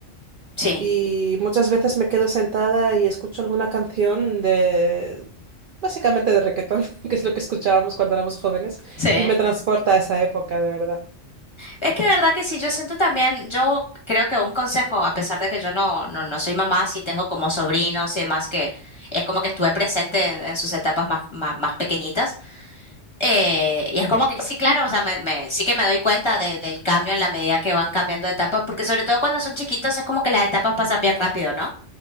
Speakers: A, on the left (about 25°); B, on the right (about 60°).
A: Sí.
B: Y muchas veces me quedo sentada y escucho alguna canción de, básicamente de reggaetón, <laughs> que es lo que escuchábamos cuando éramos jóvenes,
A: Sí.
B: y me transporta a esa época, de verdad.
A: Es que verdad que sí, yo siento también, yo creo que un consejo, a pesar de que yo no, no, no soy mamá, sí tengo como sobrinos y demás, que es como que estuve presente en, en sus etapas más, más, más pequeñitas. Eh, y es como que sí, claro, o sea, me, me- sí que me doy cuenta de- del cambio en la medida que van cambiando de etapas, porque sobre todo cuando son chiquitos es como que las etapas pasan bien rápido, ¿no?